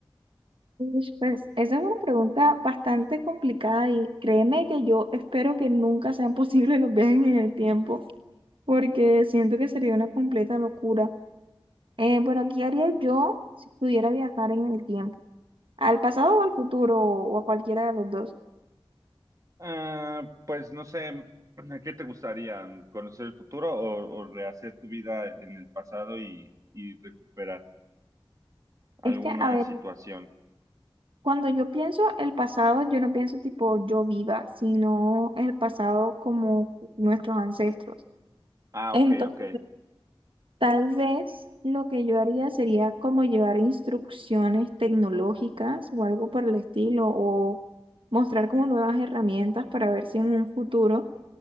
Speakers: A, on the right (about 70°); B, on the right (about 40°).
A: Uy, Pues esa es una pregunta bastante complicada y créeme que yo espero que nunca sean <laughs> posibles los viajes en el tiempo porque siento que sería una completa locura. Eh, bueno, ¿qué haría yo si pudiera viajar en el tiempo? ¿Al pasado o al futuro o a cualquiera de los dos?
B: Ah, pues no sé, ¿a ¿qué te gustaría? ¿Conocer el futuro o, o rehacer tu vida en el pasado y, y recuperar? alguna
A: Es que, a ver,
B: situación.
A: cuando yo pienso el pasado, yo no pienso tipo yo viva, sino el pasado como nuestros ancestros.
B: Ah,
A: Entonces,
B: ok, ok.
A: Tal vez lo que yo haría sería como llevar instrucciones tecnológicas o algo por el estilo, o mostrar como nuevas herramientas para ver si en un futuro